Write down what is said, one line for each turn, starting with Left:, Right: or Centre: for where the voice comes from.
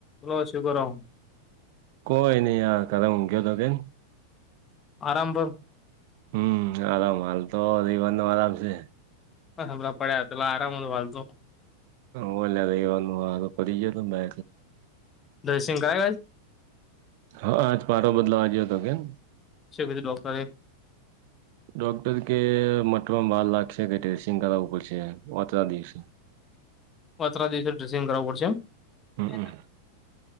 Left: બલો શુકર રહમ
Right: કોઈ ન ાર કરુંગે દોગન
Left: આરામભોર
Right: હમ આરામ હાલ તો રવા નો આરામ છે
Left: હ હબભ પડ્યા તલા આરામ વાાલતો
Right: હુંલ એવાનુંી જ ત બે
Left: દર્શિન કાય વાત
Right: હા આજ પડો બદલોવાજયો હતો કેમ
Left: શ છે ડોક્ટરે એ
Right: ડોક્ટર કે મટમાં બાર લાગશે કે ટેસ્ટિંગ કરાવવું પડશે વાચરા દિવસે
Left: પાત્ર દિવસે ડ્રેસિંગ કરાવવું પડશે એમ
Right: હમમ